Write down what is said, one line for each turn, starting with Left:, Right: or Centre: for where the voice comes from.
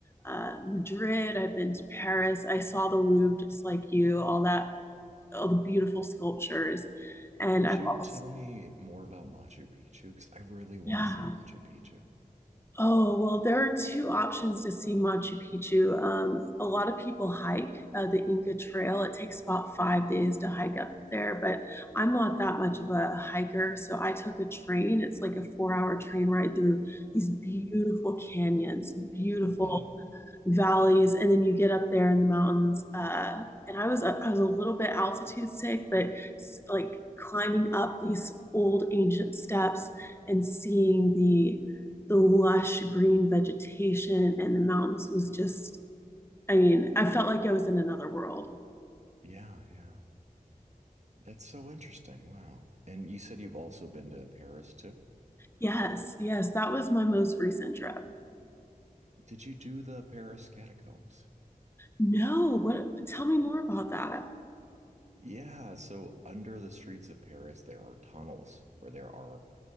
Left: uh, Madrid. I've been to Paris. I saw the Louvre just like you, all that, all the beautiful sculptures. And
Right: Could
Left: I've
Right: you tell
Left: also,
Right: me more about Machu Picchu? Because I really want
Left: yeah.
Right: to see Machu Picchu.
Left: Oh, well, there are two options to see Machu Picchu. Um, a lot of people hike uh, the Inca Trail. It takes about five days to hike up there, but I'm not that much of a hiker. So I took a train. It's like a four hour train ride through these beautiful canyons, beautiful
Right: Wow.
Left: valleys, and then you get up there in the mountains. Uh, and I was uh, I was a little bit altitude sick, but like climbing up these old ancient steps and seeing the the lush green vegetation and the mountains was just I mean, I felt like I was in another world.
Right: Yeah, yeah. That's so interesting. Wow. And you said you've also been to Paris too?
Left: Yes, yes, that was my most recent trip.
Right: Did you do the Paris catacombs?
Left: No, what tell me more about that.
Right: Yeah, so under the streets of Paris, there are tunnels where there are